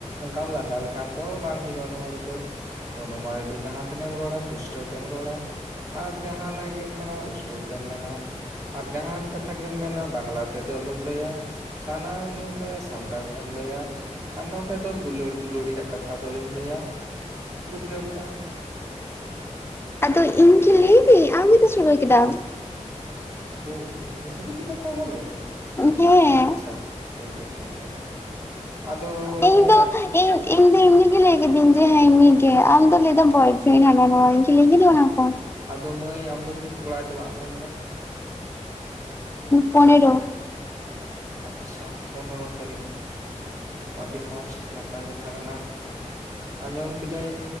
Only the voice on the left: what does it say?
ᱟᱫᱚ ᱤᱧ ᱠᱤᱱ ᱞᱟᱹᱭ ᱫᱟ. ᱧ ᱟᱢ ᱜᱮᱛ ᱥᱩᱨᱩ ᱠᱮᱫᱟᱢ ᱾
ᱦᱮᱸ
ᱤᱧ
ᱫᱚ
ᱤᱧ ᱫᱚ ᱮᱢᱱᱤ ᱜᱮ ᱞᱟᱹᱭ ᱠᱤᱫᱤᱧ ᱡᱮ ᱦᱮᱸ ᱮᱢᱱᱤ ᱜᱮ ᱟᱢ ᱫᱚ ᱞᱟᱹᱭ ᱫᱟᱢ ᱵᱚᱭ ᱯᱷᱨᱮᱱᱰ ᱦᱟᱱᱟ ᱱᱚᱣᱟ ᱤᱧ ᱠᱤ ᱞᱟᱹᱭ ᱠᱤᱫᱤᱧ ᱚᱱᱟ ᱠᱚ ᱾
ᱯᱚᱱᱮᱨᱚ ᱾